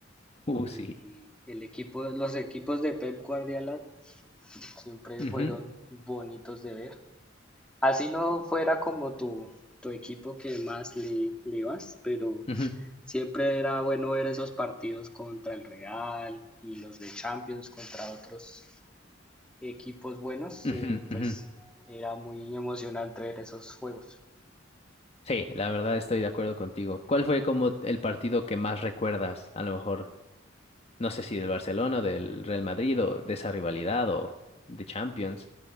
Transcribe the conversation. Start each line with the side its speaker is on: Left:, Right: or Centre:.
Left: Uh,
Centre: y
Left: sí.
Centre: el equipo, los equipos de Pep Guardiola siempre
Left: Ujú,
Centre: fueron bonitos de ver. Así no fuera como tu, tu equipo que más le, le vas, pero
Left: ujú,
Centre: Siempre era bueno ver esos partidos contra el Real y los de Champions contra otros equipos buenos,
Left: ujú,
Centre: eh, pues
Left: ujú.
Centre: era muy emocionante ver esos juegos.
Left: Sí, la verdad estoy de acuerdo contigo. ¿Cuál fue como el partido que más recuerdas? A lo mejor, no sé si del Barcelona, del Real Madrid o de esa rivalidad o de Champions.